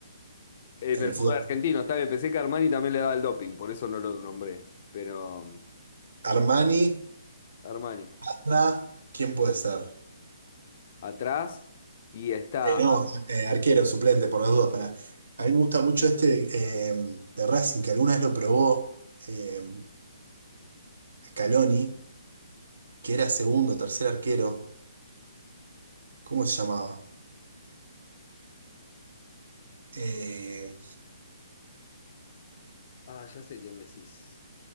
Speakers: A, on the left; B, on the right.
A: En
B: en
A: el
B: el
A: fútbol
B: fútbol.
A: argentino, está bien. Pensé que Armani también le daba el doping, por eso no lo nombré. Pero um,
B: Armani,
A: Armani,
B: Parra, ¿quién puede ser?
A: atrás. Y está.
B: Eh, no, eh, arquero, suplente, por las dudas. Para... A mí me gusta mucho este eh, de Racing, que alguna vez lo probó eh, Scaloni, que era segundo, tercer arquero. ¿Cómo se llamaba? Eh,
A: Ah, ya sé quién decís.